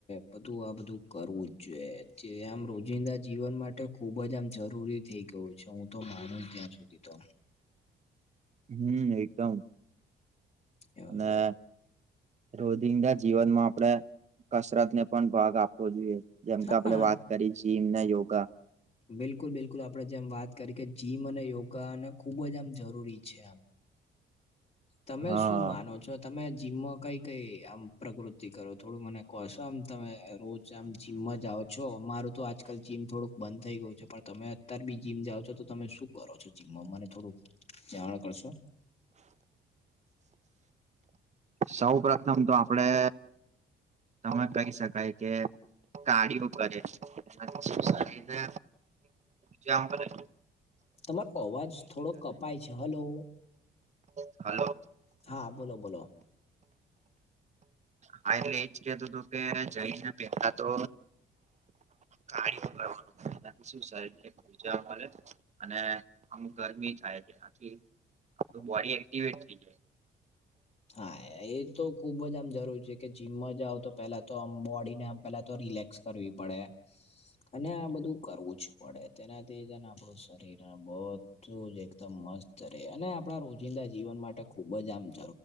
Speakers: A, on the left (about 35°); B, on the right (about 35°).
A: બધું આ બધું કરવું જ જોઈએ જે આમ રોજિંદા જીવન માટે ખુબ જ આમ જરૂરી થઈ ગયું છે હું તો માનું ત્યાં સુધી તો
B: હમ એકદમ
A: એવું
B: અને
A: છે
B: રોધિંદા જીવનમાં આપણે કસરત ને પણ ભાગ આપવો જોઈએ જેમકે
A: હા
B: આપણે વાત કરી જીમ ને યોગા
A: બિલકુલ બિલકુલ આપડે જેમ વાત કરી કે જીમ અને યોગાને ખુબ જ આમ જરૂરી છે તમે
B: હા
A: શું માનો છો તમે જીમમાં કઈ કઈ આમ પ્રકૃતિ કરો થોડું મને કોશો આમ તમે રોજ આમ જિમમાં જાઓ છો અમાર તો આજકાલ જીમ થોડુંક બંધ થઈ ગયું છે પણ તમે અત્યાર બી જીમ જાઓ છો તો તમે શું કરો છો જીમમાં? મને થોડુંક જાણ કરશો!
B: સૌ પ્રથમ તો આપડે તમે કહી શકાય કે કાર્ડિયો કરીઓ કરે અને પછી શરીરને જમ્પ રે
A: તમારા અવાજ થોડોક કપાય છે. હલો.
B: હલો.
A: હા બોલો બોલો
B: હા એટલે એજ કેતું હતું કે જઈને પેલા તો કાર્ડિયો કરવાનો એનાંથી સુ શરીરને ઉર્જા મળે, અને આમ ગરમી થાય તેનાથી આપણું બોડી એક્ટિવેટ થઈ જાય.
A: હા એ તો ખુબ જ આમ જરૂરી છે કે જીમમાં જઓ તો પેલા તો આમ બોડીને આમ પેલા તો રિલેક્સ કરવી પડે. અને આ બધું કરવું જ પડે. તેનાથીને આપણું શરીર બ બધું જ એકદમ મસ્ત રહેે, અને આપણા રોજિંદા જીવન માટે ખુબ જ આમ જ